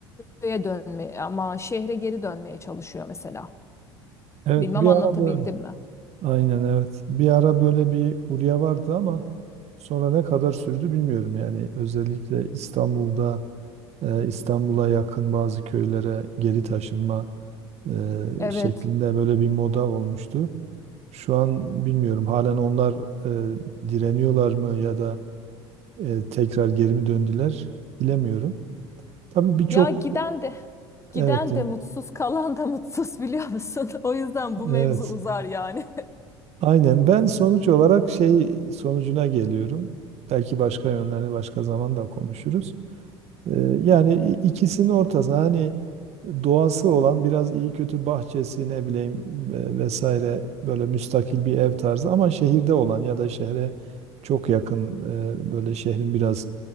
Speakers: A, on the left (about 20°); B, on the right (about 50°).
A: Köye dönmeye ama şehre geri dönmeye çalışıyor mesela.
B: Evet
A: Bilmem
B: bir
A: anlatabildim
B: ara böyle
A: mi?
B: aynen evet. Bir ara böyle bir furya vardı ama sonra ne kadar sürdü bilmiyorum. Yani özellikle İstanbul'da e, İstanbul'a yakın bazı köylere geri taşınma e,
A: Evet.
B: şeklinde böyle bir moda olmuştu. Şu an bilmiyorum halen onlar e, direniyorlar mı ya da e, tekrar geri mi döndüler bilemiyorum. Tabii birçok
A: Ya giden de giden
B: evet din-
A: de mutsuz, kalan da mutsuz biliyor musun? <laughs> O yüzden bu
B: evet
A: mevzu uzar yani.
B: aynen ben sonuç olarak şey sonucuna geliyorum. Belki başka yönlerini başka zaman da konuşuruz. Ee, Yani i- ikisinin ortasına hani doğası olan biraz iyi kötü bahçesi ne bileyim ve- vesaire böyle müstakil bir ev tarzı ama şehirde olan ya da şehre çok yakın e, böyle şehrin biraz